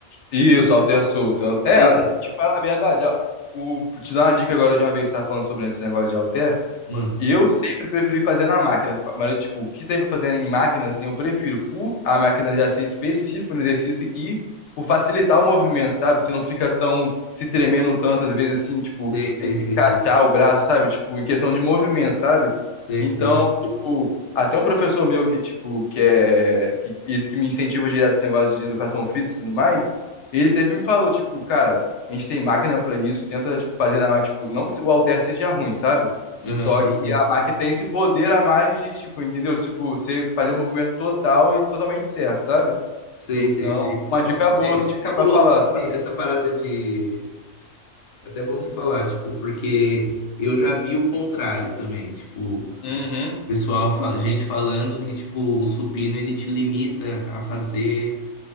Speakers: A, on the left; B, on the left.
A: Isso, Alter solto. É,
B: Isso,
A: até- te falar a verdade, a- o, te dar uma dica agora de uma vez que você tá falando sobre esse negócio de Alter.
B: Mano.
A: Eu sempre preferi fazer na máquina, mas eu, tipo, o que tem pra fazer em máquina, assim, eu prefiro por a máquina já ser específica no exercício e por facilitar o movimento, sabe? Você não fica tão se tremendo tanto, às vezes, assim, tipo,
B: Sei, sei,
A: em-
B: sei,
A: se encaixar
B: sei.
A: o braço, sabe? Tipo, em questão de movimento, sabe?
B: Sei,
A: Então,
B: sei.
A: tipo, até um professor meu que, tipo, que é, que, esse que me incentiva direto esse negócio de educação física e tudo mais, ele sempre me falou, tipo, cara, a gente tem máquina pra isso, tenta, tipo, fazer na máquina, tipo, não que o halter seja ruim, sabe?
B: Aham,
A: Só
B: sei,
A: que
B: sei.
A: a máquina tem esse poder a mais de, tipo, entendeu? Tipo, você fazer um movimento total e totalmente certo, sabe?
B: Sei,
A: Então,
B: sei, sei.
A: uma
B: Ó,
A: dica boa,
B: é, isso
A: tipo,
B: é cabuloso,
A: pra falar,
B: tipo assim,
A: sabe?
B: essa parada de. É até bom você falar, tipo, porque eu já vi o contrário também. Tipo,
A: Uhum,
B: pessoal, fa- gente falando que, tipo, o supino ele te limita a fazer.